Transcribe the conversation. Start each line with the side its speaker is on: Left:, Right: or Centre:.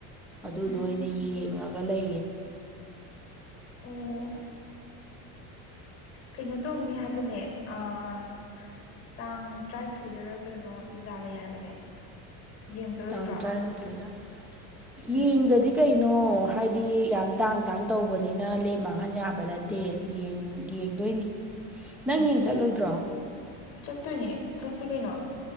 Centre: ꯑꯗꯨꯗꯣ
Left: ꯎꯝ
Centre: ꯑꯣꯏꯅ ꯌꯦꯡꯉꯒ ꯂꯩꯌꯦ
Left: ꯑꯣ ꯀꯩꯅꯣ ꯇꯧꯅꯤ ꯍꯥꯏꯕꯅꯦ ꯑꯥ ꯇꯥꯡ ꯇꯔꯥꯅꯤꯊꯣꯏꯗ ꯀꯩꯅꯣ ꯂꯤꯂꯥ ꯂꯩ ꯍꯥꯏꯕꯅꯦ ꯌꯦꯡ ꯆꯠꯂꯣꯏꯗ꯭ꯔꯣ
Centre: ꯇꯥꯡ ꯇꯔꯥꯅꯤꯊꯣꯏꯗ
Left: ꯎꯝ
Centre: ꯌꯦꯡꯗꯗꯤ ꯀꯩꯅꯣ ꯍꯥꯏꯗꯤ ꯌꯥꯝ ꯇꯥꯡ ꯇꯥꯡ ꯇꯧꯕꯅꯤꯅ ꯂꯦꯝ ꯃꯥꯡꯍꯟ ꯌꯥꯕ ꯅꯠꯇꯦ ꯌꯦꯡ ꯌꯦꯡꯗꯣꯏꯅꯤ ꯅꯪ
Left: ꯎꯝ
Centre: ꯌꯦꯡ ꯆꯠꯂꯣꯏꯗ꯭ꯔꯣ
Left: ꯆꯠꯇꯣꯏꯅꯦ ꯆꯠꯁꯤ ꯀꯩꯅꯣ